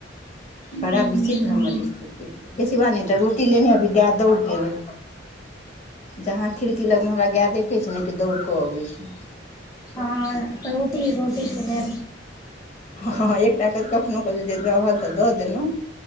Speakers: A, on the left; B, on the left.
A: हूँ
B: बड़ा विचित्र हमर स्थिति गै शिवानी एक टा रोटी लेने अबही गाय दौड़के अयलै जहाँ खिड़की लग मे हमरा गाए देखै छै ने कि दौड़ कऽ अबै छै
A: हं रोटी रोटी के लेल
B: हँ एकटा कखनो क जे रहल तऽ दऽ देलौं